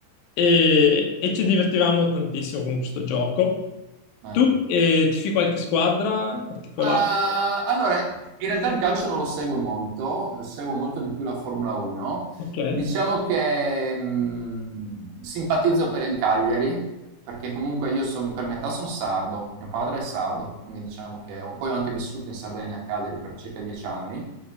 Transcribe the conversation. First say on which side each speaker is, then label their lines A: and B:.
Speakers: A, on the left; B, on the right.
A: e, e ci divertivamo tantissimo con questo gioco.
B: sì. eh.
A: Tu eh, tifi qualche squadra in particolare?
B: Ah, allora, in realtà il calcio non lo seguo molto, seguo molto di più la Formula 1.
A: Ok,
B: Diciamo che mh, simpatizzo per il Cagliari, perché comunque io son- per metà sono sardo, mio padre è sardo, quindi diciamo che ho- poi ho anche vissuto in Sardegna a Cagliari per circa dieci anni